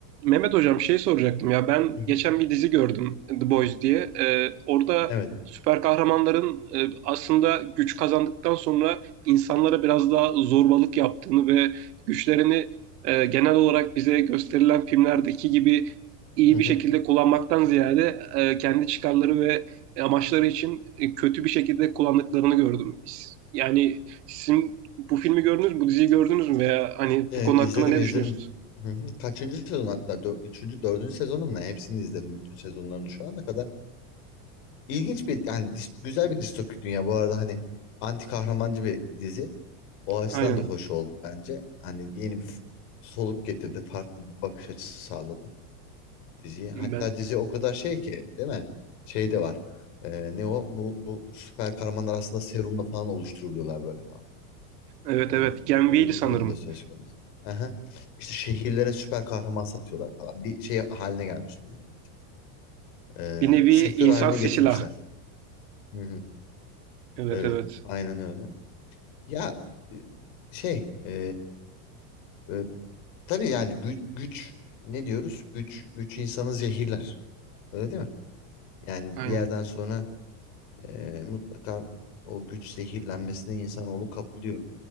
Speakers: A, on the right; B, on the left.
A: Mehmet hocam şey soracaktım ya ben
B: Hı hı.
A: geçen bir dizi gördüm The Boys diye. Ee, orada
B: Evet.
A: süper kahramanların e, aslında güç kazandıktan sonra insanlara biraz daha zorbalık yaptığını ve güçlerini e, genel olarak bize gösterilen filmlerdeki gibi iyi
B: Hı hı.
A: bir şekilde kullanmaktan ziyade e, kendi çıkarları ve amaçları için e, kötü bir şekilde kullandıklarını gördüm. Yani sizin bu filmi gördünüz mü, bu diziyi gördünüz mü veya hani
B: Ee,
A: bu konu
B: izledim
A: hakkında ne
B: izledim.
A: düşünüyorsunuz?
B: Hı hı. Kaçıncı sezon hatta? Dö- üçüncü, dördüncü sezonum ne? Hepsini izledim. Bütün sezonlarını şu ana kadar. İlginç bir, yani dis- güzel bir distopik dünya. Bu arada hani anti kahramancı bir dizi. O açıdan
A: Aynen
B: da hoş oldu bence. Hani yeni bir f- soluk getirdi. Farklı bir bakış açısı sağladı diziye. Hatta
A: ben.
B: dizi o kadar şey ki değil mi? Şey de var. Ee, ne o? Bu, bu süper kahramanlar aslında serumla falan oluşturuluyorlar böyle
A: Evet
B: Ee,
A: evet. Gen
B: öyle
A: V'ydi
B: bir
A: sanırım.
B: durum da söz konusu. Aha. İşte şehirlere süper kahraman satıyorlar falan. Bir şey haline gelmiş durumda. Ee,
A: Bir nevi
B: sektör
A: insan
B: haline
A: silah.
B: getirmişler. Hı hı.
A: Evet
B: Evet.
A: evet.
B: Aynen öyle. Ya e, şey ee, e, tabii yani güç, güç ne diyoruz? Güç güç insanı zehirler. Öyle değil mi? Yani
A: Aynen.
B: bir yerden sonra ee, mutlaka o güç zehirlenmesine insanoğlu kapılıyor